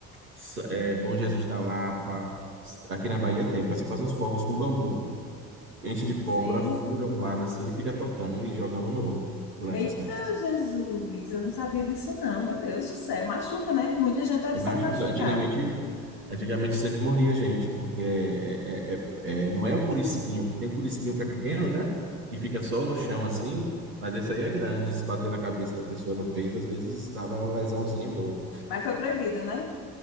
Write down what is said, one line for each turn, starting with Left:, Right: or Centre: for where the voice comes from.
Right: S- é, Bom Jesus da Lapa. S- Aqui na Bahia tem. O pessoal faz uns fogos com bambu, enche de pólvora,
Left: Sim.
Right: fura um lado assim e fica tocando e jogando no outro durante
Left: Eita,
Right: as festas.
Left: Jesus, eu não sabia disso não, meu Deus do céu. Machuca, né? Muita gente deve
Right: Eu
Left: sair
Right: acho
Left: machucar.
Right: que antigamente, antigamente sempre morria gente, porque é, é- é- é- não é o curisquinho, que tem o curisquinho que é pequeno, né? Que fica só no chão assim, mas esse aí é grande, se bater na cabeça da pessoa no peito, às vezes dava uma lesãozinha boa.
Left: Mas foi proibido, né?